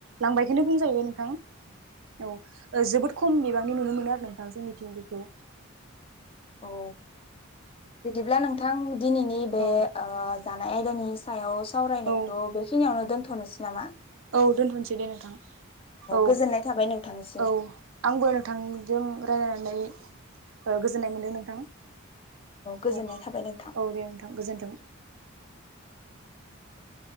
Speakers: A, on the right; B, on the left.
A: लांबायखनो बुंजायो नोंथां। औ ओ जोबोद। खम बिबांनि नुनो मोनो आरो नोंथां जोंनिथिं बिखौ
B: औ। बिदिब्ला नोंथां। दिनैनि बे
A: औ
B: ओ जानाय आयदानि सायाव। सावरायनायखौ
A: औ
B: बेखिनियावनो दोनथ'नोसै नामा।
A: औ दोनथ'नोसै दे नोंथां औ
B: गोजोननाय थाबाय नोंथांनिसिम
A: औ आंबो नोंथांजों रायलायनानै ओ गोजोननाय मोनदों नोंथां।
B: गोजोननाय
A: औ
B: थाबाय नोंथां।
A: औ दे नोंथां गोजोन्थों। <inaudible>